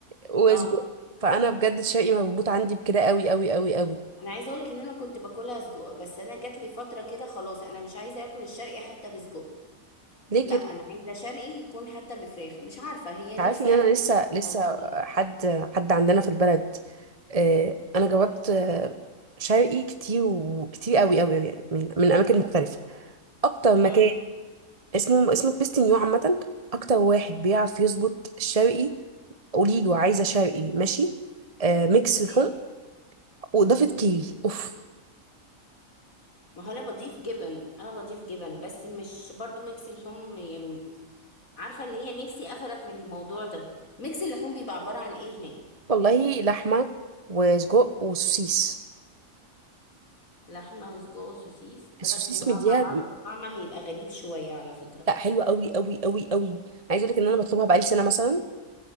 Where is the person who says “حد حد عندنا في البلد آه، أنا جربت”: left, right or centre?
Right